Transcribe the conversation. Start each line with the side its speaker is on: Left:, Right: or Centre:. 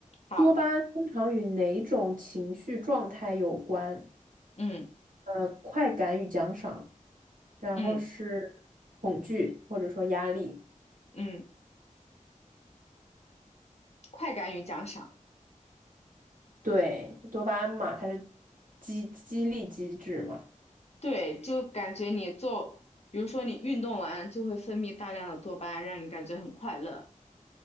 Left: 好，
Right: 多巴胺通常与哪种情绪状态有关？
Left: 嗯
Right: 呃，快感与奖赏，然后是恐惧或者说压力。
Left: 嗯嗯，快感与奖赏。
Right: 对，多巴胺嘛，它是激激励机制嘛，
Left: 对，就感觉你做，比如说你运动完就会分泌大量的多巴胺，让你感觉很快乐。